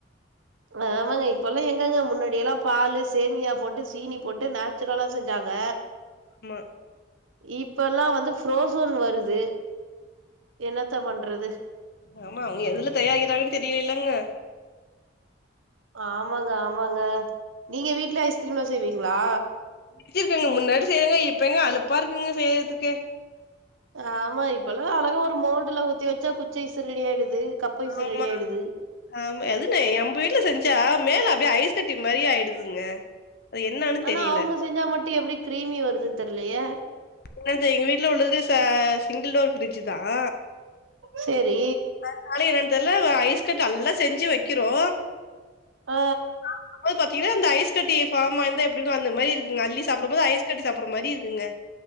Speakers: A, on the right; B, on the left.
A: ஆமாங்க இப்பல்லா எங்கங்க முன்னாடியெல்லா பாலு சேமியா போட்டு சீனி போட்டு நேச்சுரலா செஞ்சாங்க
B: அமா
A: இப்பல்லா வந்து ஃப்ரோசோன் வருது என்னத்த பண்றது
B: ஆமா அவுங்க எதுல தயாரிக்கிறாங்கன்னு தெரியிலைலங்க
A: ஆமாங்க ஆமாங்க நீங்க வீட்லயே ஐஸ்கிரீம்லா செய்வீங்ளா
B: செஞ்சிருக்கேங்க முன்னாடி செய்வங்க இப்ப எங்க அழுப்பா இருக்குங்க செய்யிறதுக்கே
A: ஆமா இப்பல்லா அழகா ஒரு மோல்டுல ஊத்தி வச்சா குச்சி ஐஸு ரெடி ஆயிடுது கப்பைஸு
B: ஆமா
A: ரெடி ஆயிடுது
B: ஆமா எதுமே எம்ப வீட்ல செஞ்சா மேல அப்டியே ஐஸ் கட்டி மாரியே ஆயிடுதுங்க அது என்னான்னு
A: ஆனா
B: தெரியல
A: அவுங்க செஞ்சா மட்டு எப்டி கீரீமி வருதுன்னு தெர்லையே
B: னக்கே எங்க வீட்ல உள்ளது ச சிங்கிள் டோர் ஃப்ரிட்ஜுதான்
A: செரி
B: அதனால என்னன் தெர்ல ஐஸ் கட்டி அல்லா செஞ்சு வக்கிறோ
A: ஆ
B: சாப்டம்போது பாத்தீங்கன்னா அந்த ஐஸ் கட்டி ஃபார்ம் ஆயிருந்தா எப்டி இருக்கு அந்த மாரி இருக்குங்க அள்ளி சாப்டும்போது ஐஸ் கட்டி சாப்பற மாரி இருக்குங்க